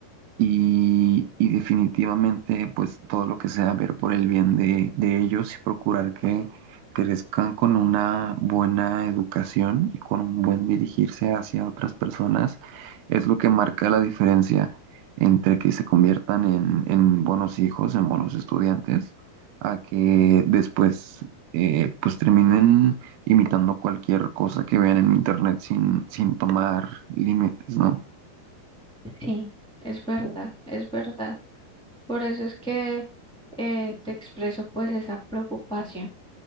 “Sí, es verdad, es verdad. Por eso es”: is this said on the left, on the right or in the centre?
Centre